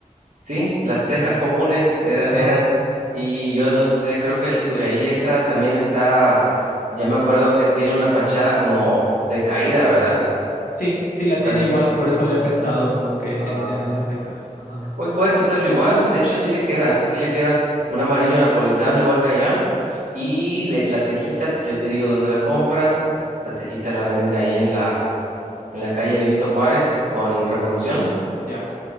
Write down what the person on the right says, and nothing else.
sí, las
tejas comunes era-
eran, y yo no sé, creo que el tu- ahí esa también está, ya me acuerdo que tiene una fachada como de caída, ¿verdad?
Parece
que...
Ah.
Pues puedes hacerlo igual, de hecho sí le queda, sí le queda un amarillo napolitano igual que allá y le- la tejita, yo te digo dónde la compras, la tejita la venden ahí en la, en la calle Benito Juárez con Revolución,